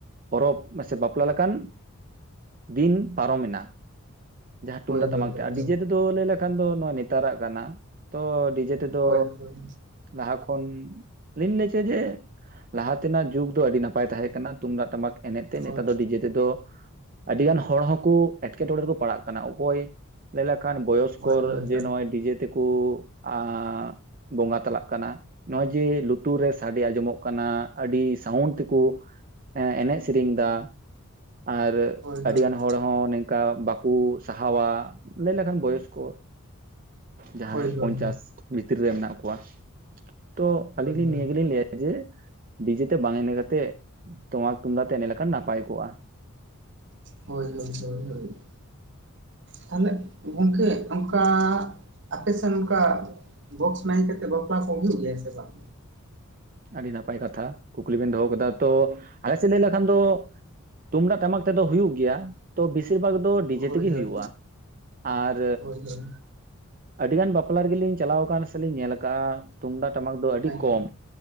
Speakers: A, on the right; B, on the right.
A: ᱯᱚᱨᱚᱵᱽ ᱢᱥᱮ ᱵᱟᱯᱞᱟ ᱞᱮᱠᱟᱱ ᱫᱤᱱ ᱯᱟᱨᱚᱢᱮᱱᱟ᱾ ᱡᱟᱦᱟᱸ ᱛᱩᱢᱫᱟᱜ
B: ᱦᱳᱭ
A: ᱴᱟᱢᱟᱠ
B: ᱦᱳᱭ ᱦᱳᱭ
A: ᱛᱮ ᱟᱨ ᱰᱤᱡᱮ ᱛᱮᱫᱚ ᱞᱟᱹᱭ ᱞᱮᱠᱷᱟᱱ ᱫᱚ ᱱᱚᱣᱟ ᱱᱮᱛᱟᱨᱟᱜ ᱠᱟᱱᱟ ᱛᱚ ᱱᱤᱡᱮ ᱛᱮ ᱫᱚ
B: ᱦᱳᱭ ᱦᱳᱭ
A: ᱞᱟᱦᱟ ᱠᱷᱚᱱ ᱞᱤᱧ ᱞᱟᱹᱭ ᱪᱚ ᱡᱮ ᱞᱟᱦᱟ ᱛᱮᱱᱟᱜ ᱡᱩᱜᱽ ᱫᱚ ᱟᱹᱰᱤ ᱱᱟᱯᱟᱭ ᱛᱟᱦᱮᱸ ᱠᱟᱱᱟ ᱛᱩᱢᱫᱟᱜ ᱴᱟᱢᱟᱠ ᱮᱱᱮᱡ <unintelligible> ᱛᱮ ᱱᱮᱛᱟᱨ
B: ᱦᱳᱭ
A: ᱫᱚ ᱰᱤᱡᱮ ᱛᱮᱫᱚ ᱟᱹᱰᱤ ᱜᱟᱱ ᱦᱚᱲ ᱦᱚᱸᱠᱚ ᱮᱴᱠᱮᱴᱚᱬᱮ ᱨᱮᱠᱚ ᱯᱟᱲᱟᱜ ᱚᱠᱚᱭ ᱞᱟᱹᱭ ᱞᱮᱠᱷᱟᱱ ᱵᱚᱭᱚᱥᱠᱚᱨ
B: ᱦᱳᱭ ᱦᱳᱭ ᱦᱳᱭ
A: ᱡᱮ ᱱᱚᱜᱼᱚᱭ ᱰᱤᱡᱮ ᱛᱮᱠᱚ ᱟᱸᱻ ᱵᱚᱸᱜᱟ ᱛᱟᱞᱟᱜ ᱠᱟᱱᱟ ᱱᱚᱜᱼᱚᱭ ᱡᱮ ᱞᱩᱛᱩᱨ ᱨᱮ ᱥᱟᱰᱮ ᱟᱸᱡᱚᱢᱚᱜ ᱠᱟᱱᱟ ᱟᱹᱰᱤ ᱥᱟᱣᱩᱱᱰ ᱛᱮᱠᱩ ᱮᱱᱮᱡ ᱥᱮᱨᱮᱧ ᱮᱫᱟ᱾ ᱟᱨ
B: ᱦᱳᱭ ᱦᱳᱭ ᱦᱳᱭ ᱦᱳᱭ
A: ᱟᱹᱰᱤᱜᱟᱱ ᱦᱚᱲ ᱦᱚᱸ ᱱᱤᱝᱠᱟ ᱵᱟᱠᱚ ᱠᱩ ᱥᱟᱦᱟᱣᱟ ᱞᱟᱹᱭ ᱞᱮᱠᱷᱟᱱ ᱵᱚᱭᱚᱥᱠᱚ ᱡᱟᱦᱟᱸᱭ
B: ᱦᱳᱭ
A: ᱯᱚᱧᱪᱟᱥ
B: ᱦᱳᱭ
A: ᱵᱷᱤᱛᱤᱨ ᱨᱮ ᱢᱮᱱᱟᱜ ᱠᱚᱣᱟ᱾ ᱛᱚ ᱟᱹᱞᱤᱧ
B: ᱦᱳᱭ ᱦᱳᱭ
A: ᱱᱤᱭᱟᱹ ᱜᱮ ᱞᱤᱧ ᱞᱟᱹᱭᱟ᱾ ᱡᱮ ᱰᱤᱡᱮ ᱛᱮ ᱵᱟᱝ ᱮᱱᱮᱡ ᱠᱟᱛᱮ ᱴᱟᱢᱟᱠ ᱛᱩᱢᱫᱟᱜ ᱛᱮ ᱮᱱᱮᱡ ᱞᱮᱠᱷᱟᱱ ᱱᱟᱯᱟᱭ ᱠᱚᱜᱼᱟ᱾
B: ᱦᱳᱭ-ᱦᱳᱭ-ᱦᱳᱭ-ᱦᱳᱭ ᱛᱟᱞᱮ ᱜᱚᱝᱠᱮ ᱚᱱᱠᱟ ᱟᱯᱮ ᱥᱮᱱ ᱚᱱᱠᱟ ᱵᱚᱠᱥᱥ ᱢᱟᱭᱤᱱ ᱠᱟᱛᱮᱫ ᱵᱟᱯᱞᱟ ᱦᱚᱵ ᱦᱩᱭᱩᱜ ᱜᱮᱭᱟ ᱥᱮ ᱵᱟᱝ?
A: ᱟᱹᱰᱤ ᱱᱟᱯᱟᱭ ᱠᱟᱛᱷᱟ ᱠᱩᱠᱞᱤ ᱵᱮᱱ ᱫᱚᱦᱚ ᱠᱟᱫᱟ ᱛᱚ ᱟᱞᱮ ᱥᱮᱫ ᱞᱟᱹᱭ ᱞᱮᱠᱷᱟᱱ ᱫᱚ ᱛᱩᱢᱫᱟᱜ ᱴᱟᱢᱟᱠ ᱛᱮᱫᱚ ᱦᱩᱭᱩᱜ ᱜᱮᱭᱟ᱾ ᱛᱚ ᱵᱮᱥᱤᱨ ᱵᱷᱟᱜ? ᱛᱚ ᱰᱤᱡᱮ
B: ᱦᱳᱭ
A: ᱛᱮᱜᱮ
B: ᱦᱳᱭ
A: ᱦᱩᱭᱩᱜᱼᱟ᱾ ᱟᱨ
B: ᱦᱳᱭ ᱦᱳᱭ
A: ᱟᱹᱰᱤᱜᱟᱱ ᱵᱟᱯᱞᱟ ᱨᱮᱜᱮᱞᱤᱧ ᱪᱟᱞᱟᱣ ᱟᱠᱟᱱ ᱥᱮᱞᱤᱧ ᱧᱮᱞ ᱟᱠᱟᱜᱼᱟ ᱛᱩᱢᱫᱟᱜ ᱴᱟᱢᱟᱠ ᱫᱚ ᱟᱹᱰᱤ
B: ᱦᱮᱸ
A: ᱠᱚᱢ᱾